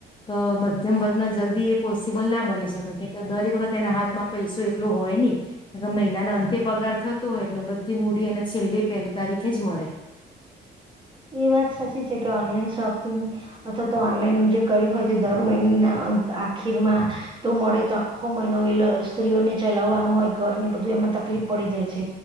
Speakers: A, on the left; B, on the right.
A: કે મધ્યમ વર્ગ ના જલ્દી એ પોસિબલ ના બની શકે કે દરેક વખત એના હાથમાં પૈસો એકલો હોય નને મહિનાનો અંતે પગાર થતો હોય એટલે બધી મૂડી એ છેલ્લી પહેલી તારીખે જ મળે
B: એ વાત સાચી છે કે ઓનલાઈન શોપિંગ અથવા તો ઓનલાઈન જે કર હોય તે દર મહિનાના અ આખીરમાં તો મળે તો આખો મહિનો એ સ્ત્રીઓને ચલાવવાનું હોય ઘરને બધું એમાં તકલીફ પડી જાય છે